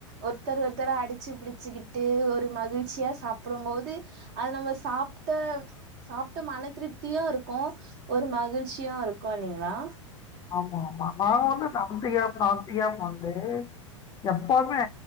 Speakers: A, on the right; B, on the left.
A: ஒருத்தர் ஒருத்தர அடிச்சு பிடிச்சுக்கிட்டு ஒரு மகிழ்ச்சியா சாப்படும் போது அத நம்ம சாப்ட்ட சாப்ட்ட மன திருப்தியூ இருக் க்கோ ஒரு மகிழ்ச்சியா இருக்கு இல்லிங்ளா
B: ஆமா ஆமா நான் வந்து நந்திகா சாந்திகா வந்து எப்பவுமே